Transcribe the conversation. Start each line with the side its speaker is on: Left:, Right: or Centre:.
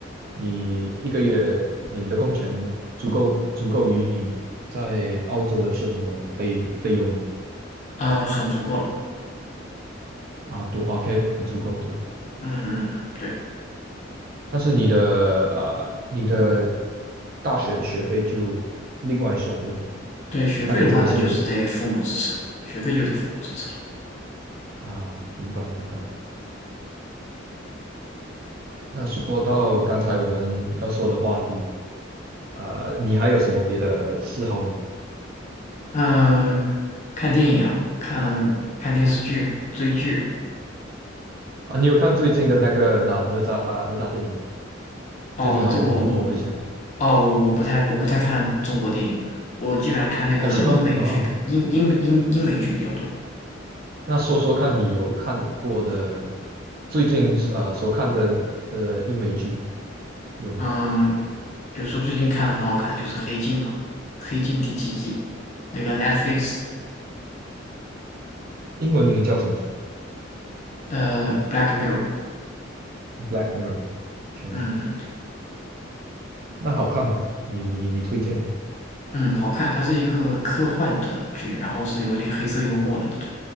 Right: 你一个月领的工钱足够足够于你在澳洲的生活费费用吗？
Left: 嗯，很足够了，
Right: 啊，多 OK，很足够，对。
Left: 嗯嗯，对
Right: 但是你的呃你的大学的学费就另外算，对吧？
Left: 对，学费的话那就是得父母支持了，
Right: 那个真的是
Left: 学费就得父母支持了，
Right: 啊，明白明白。那说到刚才我们要说的话题，啊、你还有什么别的嗜好吗？
Left: 嗯，看电影啊，看看电视剧，追剧，
Right: 啊，你有看最近的那个哪哪吒哪吒电影吗
Left: 哦，
Right: 最近好火，
Left: 这我我，
Right: 很火一些。
Left: 哦，我我不太我不太看中国电影，我基本上看那个英美剧比英英英英美剧比较多。
Right: 哦，是吗？啊，那说说看你有看过的最近呃所看的的英美剧有吗？
Left: 嗯，比如说最近看的很好看的就是《黑镜》吧，《黑镜》第七季，那个 Netflix
Right: 英文名叫什么
Left: 的呃《Black Mirror》，
Right: ？Black Mirror。OK，
Left: 嗯
Right: 那好看吗？你你你推荐
Left: 嗯，好看，它是一个科幻的剧，然后是有点黑色幽默的那种，